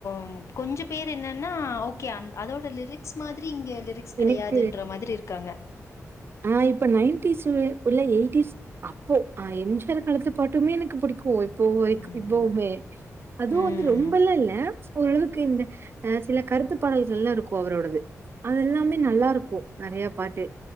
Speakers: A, on the left; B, on the right.
A: ம் கொஞ்ச பேரு என்னன்னா ஓகே அந் அதோட லிரிக்ஸ் மாதிரி இங்க லிரிக் ஸ் கெடையாதுன்ற
B: எனக்கு
A: மாதிரி இருக்காங்க
B: ஆ இப்ப நைன்டிஸ்லுள்ள உள்ள எயிட்டிஸ் அப்போ அ எம் ஜி ஆர் காலத்து பாட்டுமே எனக்கு புடிக்கும் இப்போ
A: ம்.
B: இப்பவுமே அதுவு
A: ம்.
B: வந்து ரொம்பல்லா இல்ல ஓரளவுக்கு இந்த அ சில கருத்து பாடகுகள்கெல்லா இருக்கு அவரோடது அது எல்லாமே நல்லா இருக்கும் நெறைய பாட்டு